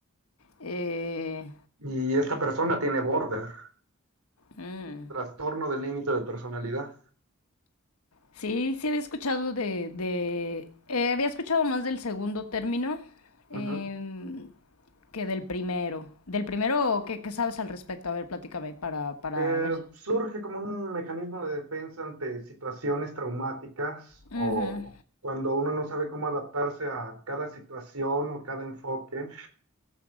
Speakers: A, on the left; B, on the right.
A: Eh,
B: Y esta persona tiene border,
A: mm.
B: trastorno de límite de personalidad,
A: Sí, sí había escuchado de, de- eh, había escuchado más del segundo término
B: Ujú.
A: em, que del primero. Del primero, ¿qué, qué sabes al respecto? A ver, platícame para, para
B: que
A: ver.
B: surge como un mecanismo de defensa ante situaciones traumáticas
A: Ujú,
B: o cuando uno no sabe cómo adaptarse a cada situación o cada enfoque